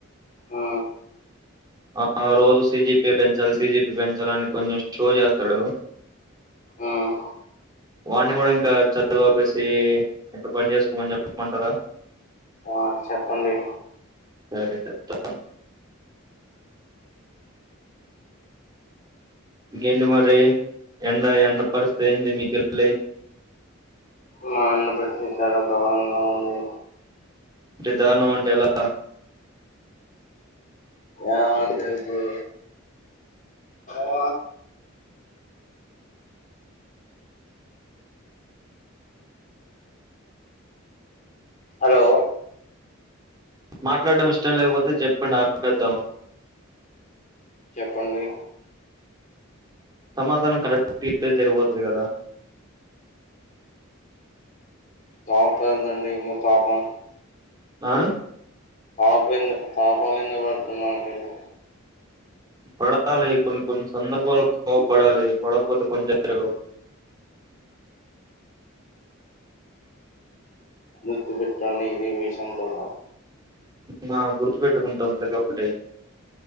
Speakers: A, on the left; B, on the right.
A: ఆ
B: అ ఆ రోజు సజీఎ పెంచాలి సిజిపీ పెంచాలని కొంచెం షో జేస్తడు <inaudible>
A: ఉమ్.
B: వాని గూడా ఇంకా చదువు ఆపేసి ఇంక పని చేసుకోమని జెప్పమంటార <inaudible>
A: అ చెప్పండి
B: సరే చెప్తా ఇంగేంటి మరి ఎండ ఎండ పరిస్థితి ఏంది మీకెళ్ళి
A: మా అన్న పరిస్థితి చాలా దరనంగా ఉంది
B: అంటే దారుణం అంటే ఎలా
A: ఆ అంటే ఇప్పుడు ఆ హలో
B: మాట్లాడడం ఇష్టం లేకపోతే చెప్పండి ఆపెద్దాం
A: చెప్పండి
B: సమాధానం కరక్ట్ ఇతే జరిగిపోతది గదా
A: పాపం గదండీ ఇన్న పాాపం
B: అ
A: పాపం ఎందుకు పాపం ఎందుకు వడుకున్నాడు ఈడు
B: పడాలి కొన్ని కొన్ని సందర్భాలు కోపడాలి పడకపోతే పని జరగవు <inaudible>
A: గుర్తు పెట్టకో అన్న ఇది విషం తొడ
B: ఇంకా గుర్తు పెట్టుకుంటాం ప్రతి ఒక్కటి